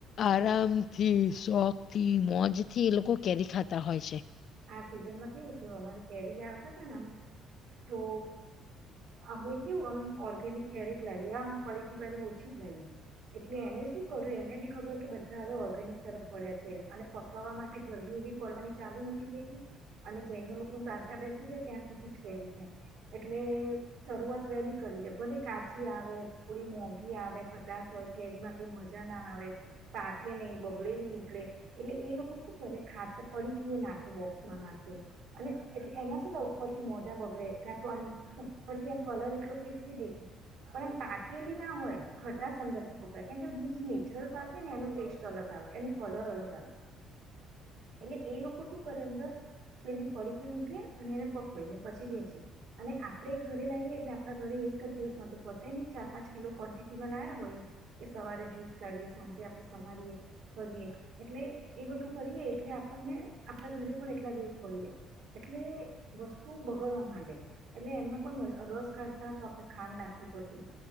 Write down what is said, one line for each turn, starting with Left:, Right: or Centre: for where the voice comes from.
Left: આરામથી શોખ થી મોજ થી એ લોકો કેરી ખાય થતા હોય છે.
Right: આ સિઝનમાં કેવું થયું અમારે કેરી લાવતા હતા ને અમે તો અમે કેવું આમ ઓર્ગેનિક ક્યારેક લાવીએ આમ પળીકી વાળીઓછી જ લાવીએ. એટલે એને શું કર્યું એને બી ખબર કે બધા હવે ઓર્ગેનિક તરફ વળ્યા છે અને પકાવવા માટે ગરમી એવી પડવાની ચાલુ નથ <unintelligible> અને જેન લોકો દાદરા બેસી જાય ત્યાં સુધી જ કેરી ખાય એટલે શરૂઆત વહેલી કરી દે ભલે કાચી આવે થોડી મોંઘી આવે ખટાશ હોય કેરીમાં કઈ મજા ના આ ના આવે પાકે નહી બગડેલી નીકળે એટલે એ લોકો શું કરે ખાતર પડીકીઓ નાખ બોક્સમાં નાખે અને એટલે એમાં શું થાય ઉપરથી મોઢા બગડે કાં તો ઉપરથી એમ કલર એટલો કેસરી દેખાય. પણ એમ પાકેલી ના હોય ખટાસ અંદરથી પકડ કેમ કે જે નેચરલ પાકે ને એનો ટેસ્ટ અલગ આવ વે એનું કલર અલગ આવે. એટલે એ લોકો શું કરે અંદર પેલી પડીકી મૂકે અને એને પકવેને પછી વેચે અને આપણેે ઘરે લઈએ એટલે આપણા ઘરે એક જ દિવસમાં તો પતાય ને ચાર પાંચ કિલો ક્ન્ટિટીમાં લાયા હોયએ કે સવારે જ્યુસ કાઢીએ સાંજે આપણે સમારીએ કરીએ એટલે એ બધું કરીએ એટલે આપણને આપણા ઘરે પણ એટલા દિવસ પડી રહેે એટલે વસ્તુ બગડવા માંડે એટલે એમાં પણ રસ કાઢતા તો આપણે ખાંડ નાખવી પડતી